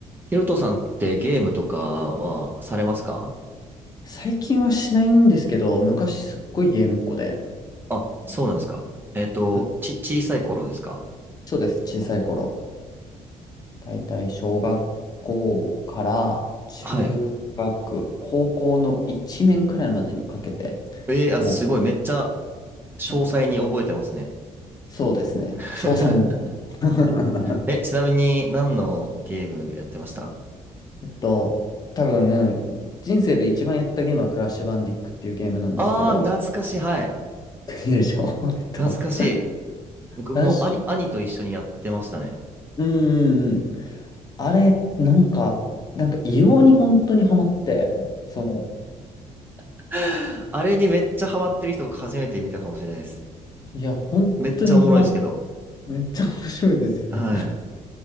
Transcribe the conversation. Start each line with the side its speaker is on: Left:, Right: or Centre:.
Right: ヒロトさんってゲームとかはされますか
Left: 最近はしないんですけど、昔すっごいゲームっ子で。
Right: あ、そうなんですか。えっと、
Left: あ、
Right: ち、小さい頃ですか
Left: そうです、小さい頃。だいたい小学校から中学、
Right: はい。
Left: 高校の1年くらいまでにかけて、
Right: えー、あ、
Left: も
Right: すごい。めっちゃ詳細に覚えてますね。
Left: う、はいそうですね、
Right: <laughs>
Left: 詳細も。<laughs>
Right: え、ちなみに何のゲームやってました
Left: えっと、多分、人生で一番やったゲームはクラッシュバンディックっていうゲームなんですけど、
Right: あー、懐かしい。はい。
Left: いい <laughs> でしょう <laughs> えっと、
Right: 懐かしい。僕も兄、
Left: クラッシュ、
Right: 兄と一緒にやってましたね。
Left: うんうんあれ、なんか、なんか異様に本当にハマって、その、
Right: <laughs> あれにめっちゃハマってる人僕初めて見たかもしれないです。
Left: いや、本当にハマった。
Right: めっちゃおもろいですけど。
Left: めっちゃ面白いですよね。
Right: はい。